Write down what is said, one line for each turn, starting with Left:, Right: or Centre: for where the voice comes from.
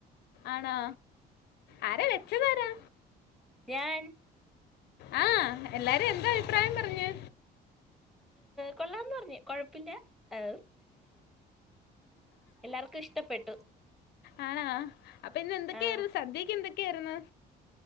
Left: ആണോ ആരാ വെച്ചതരാ?
Centre: ഞാൻ
Left: ആ എല്ലാരും എന്താ അഭിപ്രായം പറഞ്ഞ്?
Centre: കൊള്ളാന്ന് പറഞ്ഞു കൊഴപ്പില്ലാ അം എല്ലാർക്കും ഇഷ്ടപ്പെട്ടു.
Left: ആണാ അപ്പൊ ഇന്ന് എന്തൊക്കെയായിരുന്നു
Centre: ആഹ്
Left: സദ്യക്ക് എന്തൊക്കെയായിരുന്നു?